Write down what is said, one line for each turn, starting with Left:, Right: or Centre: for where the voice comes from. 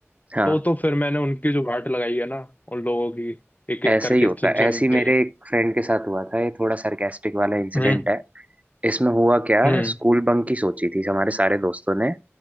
Right: हाँ
Left: तो तो फिर मैंने उनकी जो वाट लगाई है ना उन लोगों की एक एक
Right: ऐसे
Left: करके
Right: ही होता
Left: चुन
Right: है
Left: चुन
Right: ऐसे ही
Left: के
Right: मेरे एक फ्रेंड के साथ हुआ था ये थोड़ा सरकास्टिक वाला इंसिडेंट
Left: हम्म
Right: है इसमें हुआ क्या
Left: हम्म
Right: स्कूल बंक की सोची थी हमारे सारे दोस्तों ने